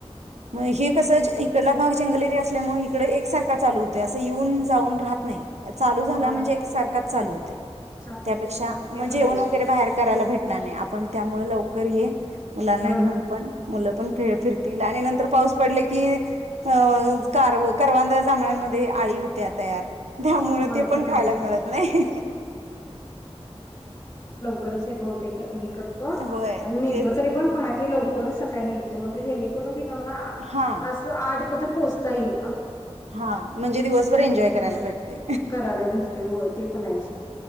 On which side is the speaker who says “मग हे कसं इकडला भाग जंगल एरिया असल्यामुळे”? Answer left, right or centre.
Right